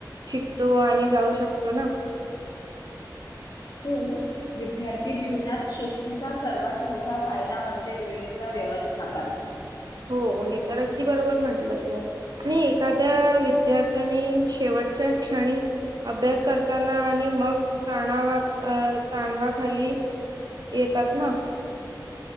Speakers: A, on the right; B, on the left.
A: शिकतो आणि जाऊ शकतो ना.
B: हो. विद्यार्थी जीवनात शिस्तीचा सर्वात मोठा फायदा म्हणजे वेळेचा व्यवस्थापन.
A: हो. हे तर अगदी बरोबर म्हंटलं तू आणि एखाद्या विद्यार्थ्यांनी शेवटच्या क्षणी अभ्यास करताना आणि मग ताणावा अं ताणवाखाली येतात ना.